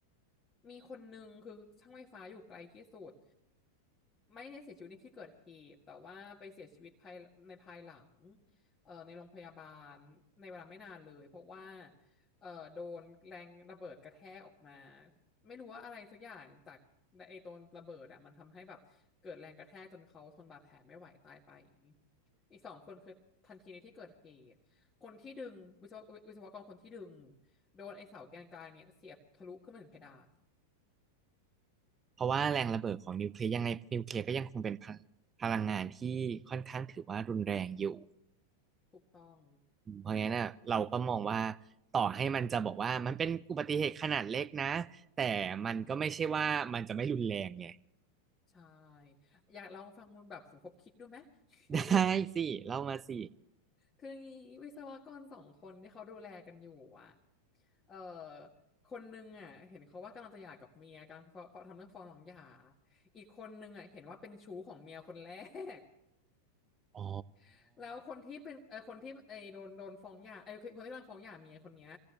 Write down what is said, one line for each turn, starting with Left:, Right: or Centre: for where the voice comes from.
Left: มีคนนึงคือช่างไฟฟ้าอยู่ไกลที่สุดไม่ได้เสียชีวิตในที่เกิดเหตุแต่ว่าไปเสียชีวิตภายในภายหลังเอ่อในโรงพยาบาลในเวลาไม่นานเลยเพราะว่าเอ่อโดนแรงระเบิดกระแทกออกมาไม่รู้ว่าอะไรสักอย่างจากไอ้ตัวระเบิดอ่ะมันทำให้แบบเกิดแรงกระแทกจนเขาทนบาดแผลไม่ไหวตายไปอีกสองคนคือทันทีในที่เกิดเหตุคนที่ดึงวิศววิศวกรคนที่ดึงโดนไอ้เสาแกนกลางเนี่ยเสียบทะลุขึ้นมาถึงเพดาน
Right: เพราะว่าแรงระเบิดของนิวเคลียร์ยังไงนิวเคลียร์ก็ยังคงเป็นพลังพลังงานที่ค่อนข้างถือว่ารุนแรงอยู่
Left: ถูกต้อง
Right: เพราะงั้นน่ะเราก็มองว่าต่อให้มันจะบอกว่ามันเป็นอุบัติเหตุขนาดเล็กนะแต่มันก็ไม่ใช่ว่ามันจะไม่รุนแรงไง
Left: ใช่อยากลองฟังแบบสมคบคิดดูไหม <laughs>
Right: <laughs> ได้สิเล่ามาสิ
Left: คืองี้วิศวกรสองคนที่เขาดูแลกันอยู่อ่ะเออคนนึงอ่ะเห็นเขาว่ากำลังจะหย่ากับเมียกำลังฟ้องทำเรื่องฟ้องหลังหย่าอีกคนนึงอ่ะเห็นว่าเป็นชู้ของเมียคนแรก
Right: อ๋อ
Left: <laughs> แล้วคนที่เป็นเออคนที่ไอโดนโดนฟ้องหย่าไอคนที่กำลังฟ้องหย่าเมียคนเนี้ย